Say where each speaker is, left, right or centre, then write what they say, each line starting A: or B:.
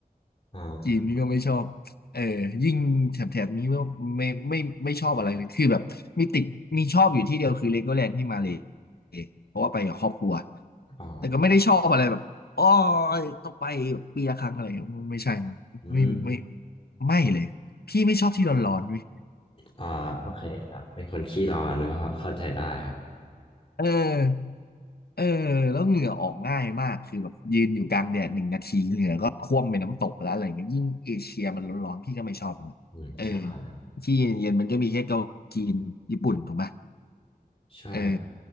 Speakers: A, on the left; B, on the left.
A: อ๋อ
B: จีนนี่ก็ไม่ชอบเออยิ่งแถบแถบนี้ไม่ไม่ไม่ไม่ชอบอะไรเลยคือแบบมีติดมีชอบอยู่ที่เดียวคือเลโกแลนด์ที่มาเลยเพราะว่าไปกับครอบครัว
A: อ๋อ
B: แต่ก็ไม่ได้ชอบอะไรแบบอ๋อต้องไปแบบปีละครั้งอะไรไม่ใช่
A: อืม
B: ไม่ไม่ไม่เลยพี่ไม่ชอบที่ร้อนๆเว้ย
A: อ่าโอเคครับเป็นคนขี้ร้อน <laughs> ก็เข้าใจได้ครับ
B: เออเออแล้วเหงื่อออกง่ายมากคือแบบยืนอยู่กลางแดดหนึ่งนาทีเหงื่อก็ท่วมไปน้ำตกแล้วอะไรเงี้ยยิ่งเอเชียมันร้อนๆพี่ก็ไม่ชอบเลยนะเออ
A: อืมใช่
B: ที่เย็นๆมันก็มีแค่เกาหลีจีนญี่ปุ่นถูกไหม
A: ใช่
B: เออ